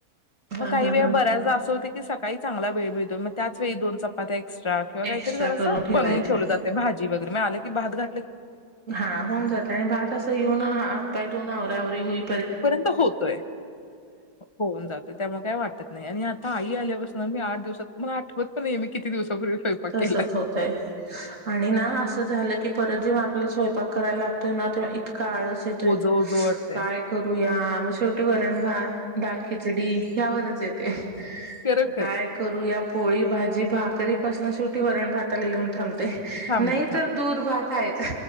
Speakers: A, on the right (about 50°); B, on the left (about 25°).
A: हा
B: मग काही
A: हा
B: व
A: हा
B: ब्याच होते की सकाळी चांग वेळ मिळ मग त्याच वेळी दोन चपात्याक्ट्रा किंवा काहीतरी
A: एक्स्ट्रा
B: जरा अस
A: करून ठेवायचं
B: बनून ठेवलं जाते भाजी वगैर म आले की बाात घा
A: हा होऊन जाते आणि भात असं येऊन आतपाय दोन आवरा आवरी होई
B: पर्यंत होतोय होऊन जातोय त्यामुळे काय वाटत नाही आणि आई आल्यापासून मी आठ दिवसात मला आठवत पण आहे मी किती दिवसापूर्वी स्वयंपाक
A: तसच
B: केलाय.
A: होतय आणि ना असं झालं की परत जे आपला स्वयंपाक करायला लागतोय ना तेव्हा इतका आळस येतोय
B: ओझं, ओझं वाटतंय.
A: काय करूया ग शेवटी वरण भात दाल खिचडी या्यावरच येते
B: खरोखर
A: काय करू या पोळी भाजी भाकरीपासून शेवटी वरण भाताला येऊन थबते
B: थांबतं,
A: नाही
B: थांबतं.
A: तरर दूध भा खायच